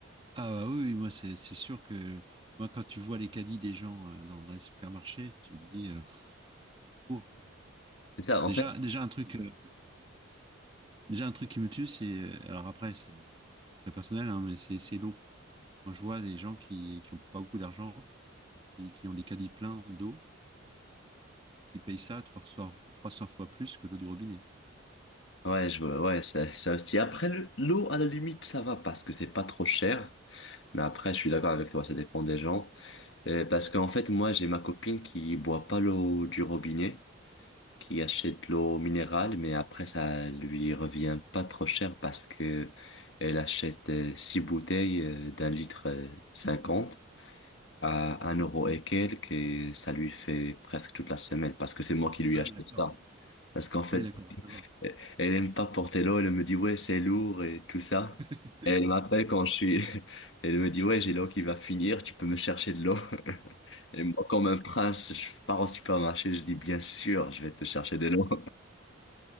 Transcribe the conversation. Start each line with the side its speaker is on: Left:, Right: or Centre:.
Right: Ah bah oui, oui, moi c'est c'est sûr que moi quand tu vois les caddies des gens euh, dans, dans les supermarchés, tu te dis euh, pff, au secours, quoi.
Left: C'est ça, en
Right: Déjà déjà un truc euh, déjà un truc qui me tue c'est euh, alors après c'est c'est très personnel hein, mais c'est c'est l'eau. Quand je vois des gens qui qui ont pas beaucoup d'argent, qui qui ont des caddies pleins d'eau et qui payent ça trois fois 300 fois plus que l'eau du robinet.
Left: Ouais, je vois, ouais, ça, ça aussi. Après, le- l'eau, à la limite, ça va parce que c'est pas trop cher. Mais après, je suis d'accord avec toi, ça dépend des gens. Euh, parce qu'en fait, moi, j'ai ma copine qui boit pas l'eau du robinet, qui achète l'eau minérale, mais après, ça lui revient pas trop cher parce que elle achète euh, six bouteilles euh, d'un litre euh, 50 à un euro et quelques et ça lui fait presque toute la semaine parce que c'est moi qui lui
Right: Ah
Left: achète
Right: oui, d'accord.
Left: ça. Parce qu'en fait,
Right: Oui, d'accord, ça va.
Left: elle elle aime pas porter l'eau, elle me dit ouais, c'est lourd et tout ça.
Right: <laughs>
Left: Et elle m'appelle quand je suis, <laughs> elle me dit ouais, j'ai l'eau qui va finir, tu peux me chercher de l'eau. <laughs> Et moi, comme un prince, je pars au supermarché, je dis bien sûr, je vais te chercher de l'eau.